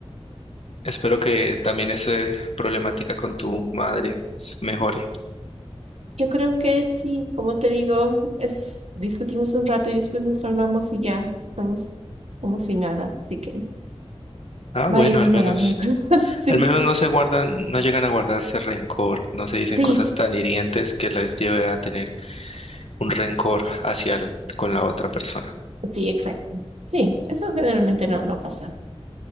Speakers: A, on the left (about 65°); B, on the right (about 75°).
A: Espero que también esa problemática con tu madre s- mejore.
B: yo creo que sí, como te digo, es discutimos un rato y después nos calmamos y ya estamos como si nada. Así que.
A: Ah, bueno,
B: Va a ir mejorando,
A: al menos.
B: yo creo. <laughs> Sí.
A: Al menos no se guardan, no llegan a guardarse rencor, no se dicen
B: Sí,
A: cosas tan hirientes que las lleve a tener un rencor hacia el- con la otra persona.
B: sí, exacto. Sí, eso generalmente no, no pasa.